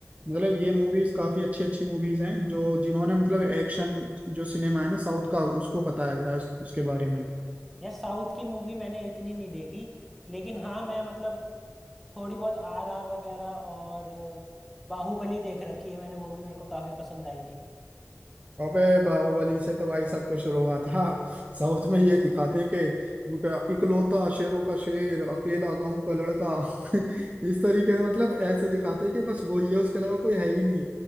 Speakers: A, on the right; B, in the centre.
A: मतलब ये मूवीज काफी अच्छी अच्छी मूवीज हैं जो जिन्होंने मतलब एक्शन जो सिनेमा है ना साउथ का उसको बताया गया है उस- उसके बारे में
B: यार साउथ की मूवी मैंने इतनी नहीं देखी लेकिन हाँ मैं मतलब थोड़ी बहुत आर आर वगैरह और बाहुबली देख रखी है मैंने वो भी मेरे को काफी पसंद आई थी
A: अबे बाहुबली से तो भाई सब कुछ हुआ था साउथ में ये दिखाते हैं कि इकलौता शेरों का शेर अकेला गांव का लड़का <laughs> इस तरीके से मतलब ऐसे दिखाते हैं कि बस वो ही है उसके अलावा कोई है ही नहीं